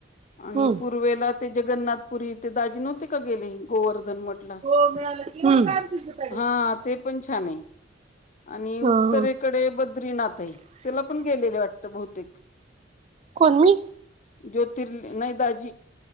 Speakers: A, on the left; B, on the right.
A: आणि
B: हम्म
A: पूर्वेला ते जगन्नाथपुरी ते दाजी नव्हते का गेले गोवर्धन मठला
B: हो मिळालं की हम्म कामं तिज काढीत
A: हा
B: होती.
A: ते पण छान आहे. आणि उत्तरेकडे
B: हा
A: बद्रीनाथ आहे त्याला पण गेलेले वाटत बहुतेक.
B: कोण मी?
A: ज्योतिर्ल, नाही दाजी